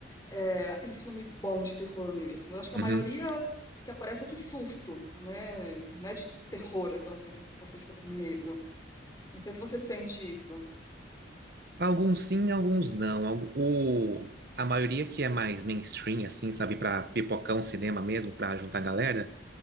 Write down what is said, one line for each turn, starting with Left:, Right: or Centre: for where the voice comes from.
Left: é, aqueles filmes bons de terror mesmo. Eu acho que
Right: uhum.
Left: a maioria que aparece é de susto, né? Não é de terror, aquela coisa que você fica com medo. Não sei se você sente isso.
Right: Alguns sim, alguns não. Algu- O, a maioria que é mais mainstream, assim, sabe? Pra pipocão, cinema
Left: Uhum.
Right: mesmo, pra juntar galera,